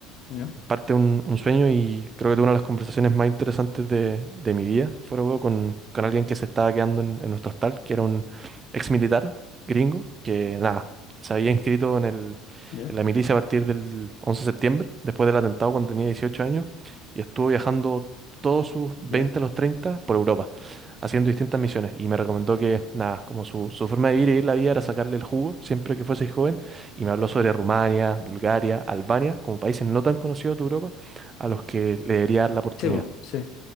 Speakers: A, on the left; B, on the right.
A: ya,
B: parte un, un sueño y creo que tuve una de las conversaciones más interesantes de, de mi vida, fuera de huevo, con, con alguien que se estaba quedando en, en nuestro hostal, que era un ex militar gringo, que nada, se había inscrito en, el,
A: ya,
B: en la milicia a partir del 11 de septiembre, después del atentado cuando tenía 18 años, y estuvo viajando todos sus 20
A: ya.
B: a los 30 por Europa, haciendo distintas misiones, y me recomendó que nada, como su, su forma de vivir y vivir la vida era sacarle el jugo siempre que fuese joven y me habló sobre Rumania, Bulgaria, Albania, como países no tan conocidos de Europa, a los que le debería dar la oportunidad.
A: Sí, po, sí.